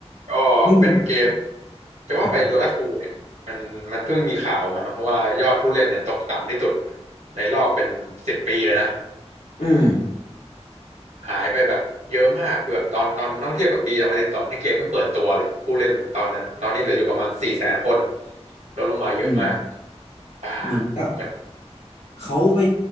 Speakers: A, on the right; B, on the left.
A: ก็เป็นเกม
B: เฮ้ย
A: จะว่าไปโดตาทูเนี่ยมันมันเพิ่งมีข่าวมาเนอะว่ายอดผู้เล่นเนี่ยตกต่ำที่สุด
B: ครับ
A: ในรอบเป็นสิบปีเลยนะ
B: อืม
A: หายไปแบบเยอะมากคือแบบตอนตอนต้องเทียบกับปีสองพันสิบสองที่เกมเพิ่งเปิดตัวเลยผู้เล่นตอนนั้นตอนนี้เหลืออยู่ประมาณสี่แสนคนลดลงมาเยอะมาก
B: อืม
A: อ่า
B: เหมือนกับ
A: มัน
B: เขาไป